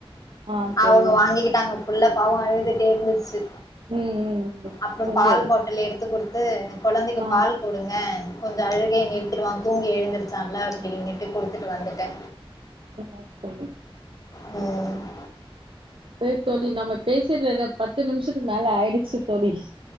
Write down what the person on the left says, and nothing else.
அவுங்க வாங்கிக்கிட்டாங்க புள்ள பாவோ அழுதுட்டே இருந்துச்சு
அப்றம்
பால் பாட்டலு எடுத்து குடுத் து கொழந்தைக்கு
பால் குடுங்க கொஞ்சோ அழுகய நிறுத்திடுவா தூங்கி எழுந்திருச்சான்ல அப்டின்னுட்டு குடுத்துட்டு வந்துட்டே
ம்